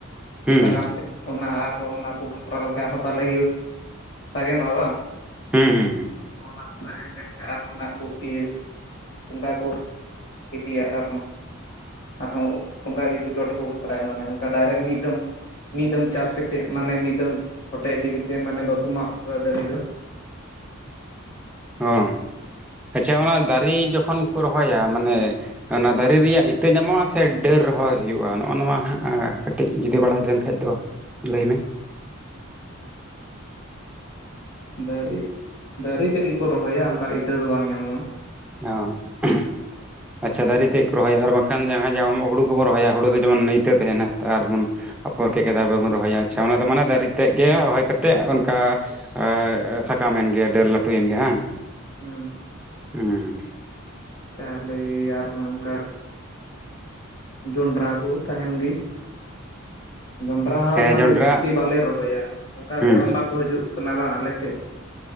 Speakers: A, in the centre; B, on the left (about 45°).
A: ᱦᱩᱸ
B: ᱥᱟᱠᱟᱢ
A: ᱦᱩᱸ
B: ᱛᱮ ᱚᱱᱟ ᱟᱨᱦᱚᱸ ᱚᱱᱟ ᱠᱚ ᱠᱷᱟᱛᱨᱟ ᱞᱮᱠᱷᱟᱡ ᱟᱨᱦᱚᱸ ᱵᱟᱞᱮ ᱥᱟᱜᱮᱱᱚᱜᱼᱟ ᱵᱟᱝ
A: ᱦᱩᱸ ᱦᱩᱸ ᱦᱩᱸ
B: ᱚᱱᱟ ᱥᱟᱜᱮᱱ ᱞᱮᱱᱠᱷᱟᱱ ᱟᱨᱦᱚᱸ ᱚᱱᱟ ᱠᱚ ᱤᱭᱟᱹ ᱵᱚᱸᱜᱟ ᱠᱚ ᱤᱫᱤᱭᱟ ᱟᱨᱦᱚᱸ ᱟᱨᱦᱚᱸ ᱚᱱᱠᱟ ᱜᱮ ᱪᱚᱴᱠᱚ ᱠᱷᱟᱛᱨᱟᱭᱟ ᱢᱟᱱᱮ ᱚᱱᱠᱟ ᱰᱟᱭᱨᱮᱠᱴ ᱢᱤᱫ ᱫᱚᱢ ᱢᱤᱫ ᱫᱚᱢ ᱪᱟᱥ ᱠᱟᱛᱮᱫ ᱢᱟᱱᱮ ᱢᱤᱫ ᱫᱚᱢ ᱦᱚᱴᱮᱡ ᱤᱫᱤ ᱠᱟᱛᱮᱫ ᱢᱟᱱᱮ ᱵᱟᱠᱚ ᱢᱟᱜ ᱩᱛᱟᱹᱨᱟ ᱫᱟᱨᱮ ᱫᱚ
A: ᱚ ᱟᱪᱪᱷᱟ ᱚᱱᱟ ᱫᱟᱨᱮ ᱡᱚᱠᱷᱚᱱ ᱠᱚ ᱨᱚᱦᱚᱭᱟ ᱢᱟᱱᱮ ᱚᱱᱟ ᱫᱟᱨᱮ ᱨᱮᱭᱟᱜ ᱤᱛᱟᱹ ᱧᱟᱢᱚᱜᱼᱟ ᱥᱮ ᱰᱟᱹᱨ ᱨᱚᱦᱚᱭ ᱦᱩᱭᱩᱜᱼᱟ ᱱᱚᱜᱼᱚ ᱱᱚᱣᱟ ᱦᱟᱸᱜ ᱠᱟᱹᱴᱤᱡ ᱡᱩᱫᱤ ᱵᱟᱲᱟᱭ ᱞᱮᱱ ᱠᱷᱟᱱᱡ ᱫᱚ ᱞᱟᱹᱭ ᱢᱮ
B: ᱫᱟᱨᱮ ᱫᱟᱨᱮ ᱨᱮᱜᱮ ᱠᱚ ᱨᱚᱦᱚᱭᱟ ᱚᱱᱠᱟ ᱤᱛᱟᱹ ᱫᱚ ᱵᱟᱝ ᱧᱟᱢᱚᱜᱼᱟ
A: ᱦ <unintelligible> ᱟᱪᱪᱷᱟ ᱫᱟᱨᱮ ᱛᱮᱫ ᱠᱚ ᱨᱚᱦᱚᱭᱟ ᱟᱨ ᱵᱟᱝᱠᱷᱟᱱ ᱡᱟᱦᱟᱸ ᱦᱩᱲᱩ ᱠᱚᱵᱚᱱ ᱨᱚᱦᱚᱭᱟ ᱦᱩᱲᱩ ᱫᱚ ᱡᱮᱢᱚᱱ ᱤᱛᱟᱹ ᱛᱟᱦᱮᱱᱟ ᱟᱨᱵᱚᱱ ᱟᱯᱚᱨ ᱠᱮᱫ ᱜᱮ ᱛᱟᱨᱯᱚᱨ ᱵᱚᱱ ᱨᱚᱦᱚᱭᱟ ᱟᱪᱪᱷᱟ ᱚᱱᱮ ᱫᱚ ᱢᱟᱱᱮ ᱫᱟᱨᱮ ᱛᱮᱫ ᱜᱮ ᱨᱚᱦᱚᱭ ᱠᱟᱛᱮᱫ ᱚᱱᱠᱟ ᱮ ᱥᱟᱠᱟᱢᱮᱱ ᱜᱮ ᱰᱟᱹᱨ ᱞᱟᱹᱴᱩᱭᱮᱱ ᱜᱮᱭᱟ ᱵᱟᱝ
B: ᱦᱩᱸ
A: ᱦᱩᱸ
B: ᱪᱟᱣᱞᱮ ᱟᱨᱦᱚᱸ ᱚᱱᱠᱟ ᱡᱚᱱᱰᱨᱟ ᱠᱚ ᱛᱟᱦᱮᱱ ᱜᱮ ᱡᱚᱱᱰᱨᱟ ᱦᱚᱸ
A: ᱦᱮᱸ
B: ᱢᱟᱱᱮ
A: ᱡᱚᱱᱰᱨᱟ
B: ᱡᱷᱛᱤ ᱵᱟᱞᱮ ᱨᱚᱦᱚᱭᱟ ᱚᱱᱠᱟ
A: ᱦᱩᱸ
B: ᱜᱚᱲᱚᱢ ᱵᱟᱠᱚ ᱦᱤᱡᱩᱜ ᱠᱟᱱᱟ ᱵᱟᱝ ᱟᱞᱮ ᱥᱮᱫ